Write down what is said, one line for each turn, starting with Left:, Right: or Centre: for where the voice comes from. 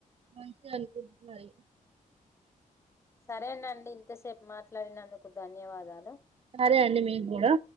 Right: మంచిగా అనుకుంటున్నాను
Left: సరేనండి ఇంతసేపు మాట్లాడినందుకు ధన్యవాదాలు
Right: సరే అండి మీకు కూడా